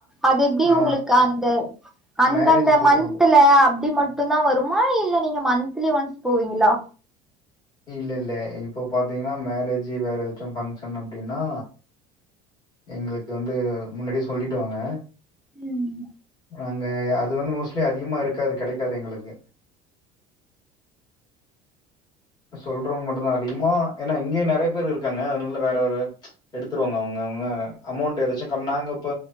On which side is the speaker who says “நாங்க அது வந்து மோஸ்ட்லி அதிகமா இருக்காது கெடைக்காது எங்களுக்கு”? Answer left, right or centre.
Left